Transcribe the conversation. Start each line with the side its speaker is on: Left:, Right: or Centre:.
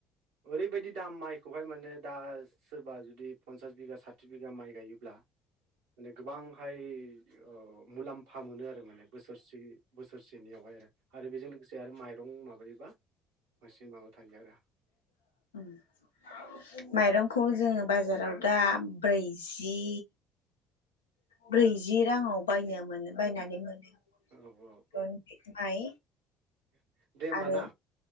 Right: ओरैबायदि दाम माइखौहाय माने दा सोरबा जुदि पन्सास बिगा साथि बिगा माइ गायोब्ला माने गोबांहाय ओ मुलाम्फा मोनो आरो बो बोसोरसेनियावहाय आरो बेजों लोगोसे आरो माइ दं माबायोबा। एसे माबा थायो आरो।
Left: <inaudible> माइरं। खौ जोङो बाजाराव दा बैजि ब्रैजि राङाव बायनो मोनो बायनानै मोनो।
Right: औ औ
Left: रनजिट
Right: औ
Left: माइ
Right: <inaudible> होमबा
Left: आरो
Right: ना